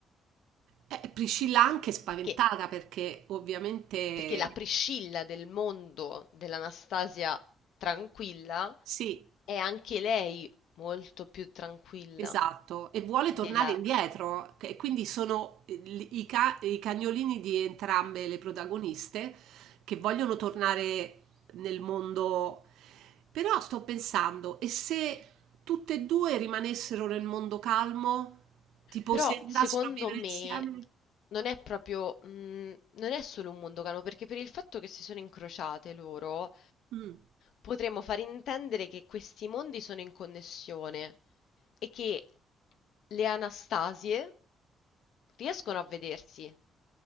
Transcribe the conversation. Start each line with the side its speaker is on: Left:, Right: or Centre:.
Right: Eh, Priscilla anche spaventata
Left: Perché,
Right: perché ovviamente
Left: perché la Priscilla del mondo dell'Anastasia tranquilla
Right: sì,
Left: è anche lei molto più tranquilla
Right: Esatto, e vuole
Left: della...
Right: tornare indietro, che- e quindi sono il- i, ca- i cagnolini di entrambe le protagoniste che vogliono tornare nel mondo. Però sto pensando, e se tutte e due rimanessero nel mondo calmo? Tipo
Left: Però,
Right: se andassero
Left: secondo
Right: a vivere
Left: me,
Right: insieme?
Left: non è proprio... mm, non è solo un mondo cano, perché per il fatto che si sono incrociate loro,
Right: Mm.
Left: potremmo far intendere che questi mondi sono in connessione e che le Anastasie riescono a vedersi